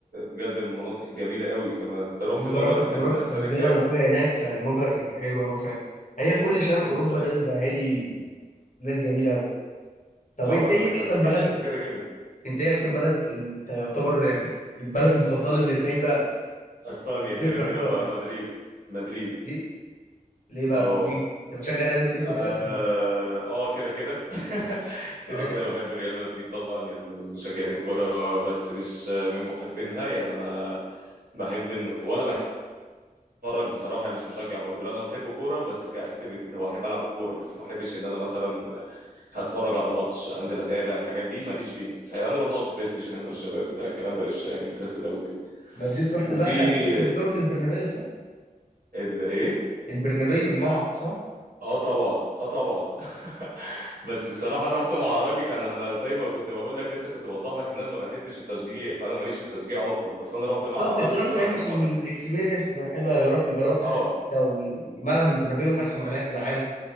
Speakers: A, on the right; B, on the left.
A: بجد من المناطق الجميلة قوي كمان انت رحت
B: المجر
A: مجر
B: أنا كنت
A: كان
B: بروح
A: في سنة
B: زياره
A: كام
B: لاخويا هناك فالمجر حلو قوي فعلا هي كل شرق
A: انت
B: اوروبا ده بيبقى هادي بلاد جميله قوي طب
A: اه
B: انت ايه
A: اللي كان
B: احسن
A: فاكيشنز
B: بلد
A: كده كده
B: انت ايه احسن بلد انت يعتبر يعني البلد المفضله اللي سايبه
A: اسبانيا كده
B: ذكرى
A: كده
B: حلوه
A: بقى
B: معاك
A: مدريد مدريد
B: مدريد ليه بقى
A: اه
B: ليه انت بتشجع ريال مدريد
A: اه
B: وكده في
A: آه، كده كده <laughs> كده
B: اه
A: كده بحب ريال مدريد طبعا يعني انا من مشجعين الكرة بس مش من محبينها يعني انا بحب ان ولا بحب اتفرج بصراحه يعني مش مشجع برضه لا انا بحب كوره بس كاكتيفيتي اللي هو احب العب الكوره بس ما احبش ان انا مثلا هتفرج على ماتش انزل اتابع الحاجات دي ماليش فيها بس هنروح نقعد بلاي ستيشن احنا والشباب بتاع الكلام ده قشطه يعني انترستد قوي فيه
B: مدريد رحت
A: وفي
B: بقى اكيد زرت البرنابيو صح
A: ال ايه
B: البرنابيو الملعب صح
A: اه طبعا اه طبعا <laughs> بس الصراحه رحت مع قرايبي كان انا زي ما كنت بقول لك لسه كنت بوضح لك ان انا ما بحبش التشجيع فانا ماليش في التشجيع اصلا بس انا رحت مع
B: بالظبط
A: قرايبي
B: انت رحت
A: بصراحه
B: فاهم
A: كانت
B: عشان
A: مره
B: الاكسبيرينس تبقى حلوه رحت جربت
A: اه
B: حاجه جديده وملعب البرنابيو من احسن ملاعب في العالم